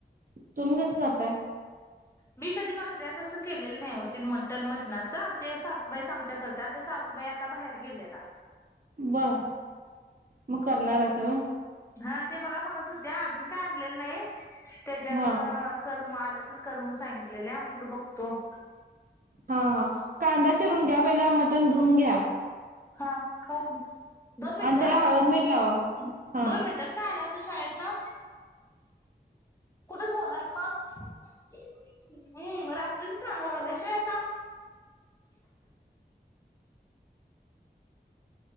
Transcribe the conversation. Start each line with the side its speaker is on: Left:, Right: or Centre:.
Right: तुम्ही कसं करताय?
Left: मी कधी बकय्राच असं केलेली नाही, होती मटन मटणाच ते सासूबाई आमच्या आता करतात. सासू बाई आता बाहेर गेले आता.
Right: बर मग करणार आहे सा होय.
Left: हा मला म्हणत ते अजून काय आणलेलं नाही, त्याच्यामु
Right: हा
Left: करम आ, तर करून सांगितलेले म्हटल बघतो.
Right: हा हा कांदा चिरून घ्या पहिला मटण धुून घ्या.
Left: हा काय म्हणते? दोन मिनिटं
Right: आणि त्याला हळद मीठ लावा हा
Left: दोन मिनिटं काय तू शाळेत न, कुठं ठेवलास म हम्म रात्रीच सांगलाशवा आता.